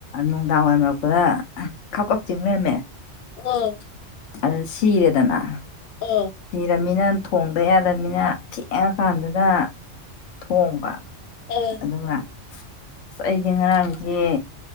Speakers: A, on the left (about 75°); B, on the left (about 55°).
A: ꯅꯨꯡꯗꯥꯡ ꯋꯥꯏꯔꯝ ꯌꯧꯔꯛꯄꯗ ꯈꯞ ꯈꯞ ꯆꯤꯡ ꯂꯩꯔꯝꯃꯦ
B: ꯑꯥ
A: ꯑꯗꯨ ꯁꯤꯔꯦꯗꯅ
B: ꯑꯥ
A: ꯁꯤꯔꯃꯤꯅ ꯊꯣꯡꯗ ꯌꯥꯗꯕꯅꯤꯅ ꯊꯦꯡꯉꯀꯥꯟꯗꯨꯗ ꯊꯣꯡꯕ
B: ꯑꯥ
A: ꯑꯗꯨꯒ ꯑꯁ ꯑꯩꯗꯤ ꯉꯔꯥꯡꯁꯦ